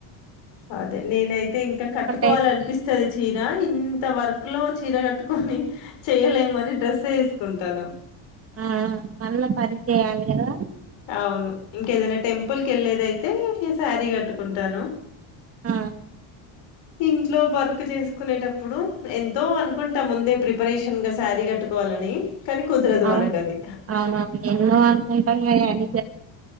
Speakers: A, on the left; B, on the right.
A: అదే నేనైతే ఇంకా కట్టుకోవాల
B: అయితే
A: అనిపిస్తుది చీర ఇంత వర్క్ లో చీర కట్టుకొని చేయలేమని డ్రెస్ వేసుకుం తను
B: ఆ మళ్ళా పని చేయాలి కదా
A: అవును ఇంకేదైనా టెంపుల్ కెళ్ళేదయితే సారి కట్టు టను
B: ఆ
A: ఇంట్లో వర్క్ చేసుకునేటప్పుడు ఎంతో అను కుంట ముందే ప్రీప్ ఆపరేషన్ గా సారి కట్టుకోవాలని కానీ కుదరదు
B: ఆ
A: మనకు అది
B: అవునా ఎన్నో అనుకుంటాం అది